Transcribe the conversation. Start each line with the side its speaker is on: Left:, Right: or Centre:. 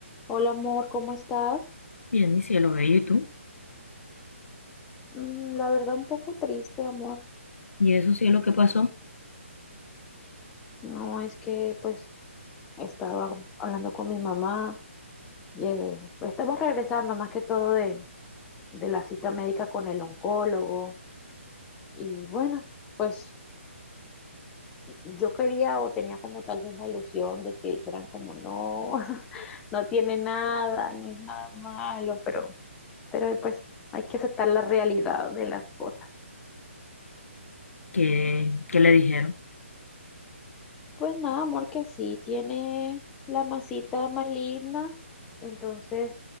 Centre: Hola amor, ¿cómo estás?
Left: Bien, mi cielo bello, ¿y tú?
Centre: Mm, la verdad un poco triste, amor.
Left: ¿Y eso cielo qué pasó?
Centre: No, es que pues estaba hablando con mi mamá. eh, pues, estamos regresando más que todo de, de la cita médica con el oncólogo. Y bueno, pues yo quería o tenía como tal vez la ilusión de que dijeran como no, <laughs> no tiene nada, no es nada malo, pero, pero pues hay que aceptar la realidad de las cosas.
Left: ¿Qué, qué le dijeron?
Centre: Pues nada, amor, que sí, tiene la masita maligna, entonces